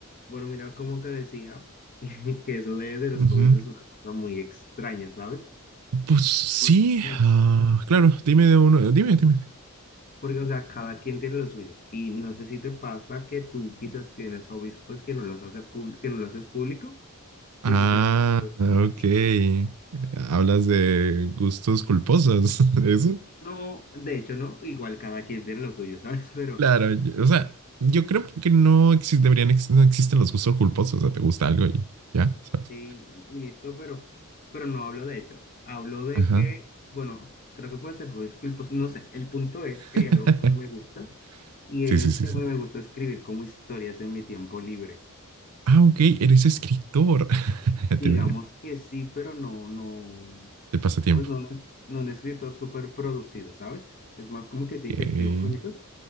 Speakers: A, on the left; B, on the right.
A: Bueno, mira, como te decía, <laughs> que eso de, de los
B: Ujú.
A: hobbies es una cosa muy extraña, ¿sabes?
B: Pues sí,
A: Por- <laughs>
B: ah, claro, dime de uno, dime, dime.
A: Porque, o sea, cada quien tiene los suyos. Y no sé si te pasa que tú quizás tienes hobbies, pues, que no los hace pub- que no lo haces público, tipo
B: Ah,
A: que... haces
B: ok.
A: a ti.
B: Hablas de gustos culposos, <laughs> ¿eso?
A: No, de hecho, no, igual cada quien tiene los suyos, ¿sabes? <laughs> Pero
B: Claro, yo- o sea, yo creo que no exi- deberían, ex- no existen los gustos culposos, o sea, te gusta algo y ya, ¿sabes?
A: Sí, listo, pero, pero no hablo de hecho. Hablo de
B: Ajá.
A: que, bueno, creo que puede ser juez pues no sé. El punto es que
B: <laughs>
A: hay algo que me gusta y
B: Sí,
A: es
B: sí, sí,
A: que
B: sí.
A: a mí me gusta escribir como historias en mi tiempo libre.
B: Ah, ok, eres escritor. <laughs>
A: Digamos
B: Te veo,
A: que sí, pero no, no,
B: De pasatiempo.
A: pues no, no, no un escritor súper producido, ¿sabes? Es más como que sí
B: Ok.
A: que escribo cositas.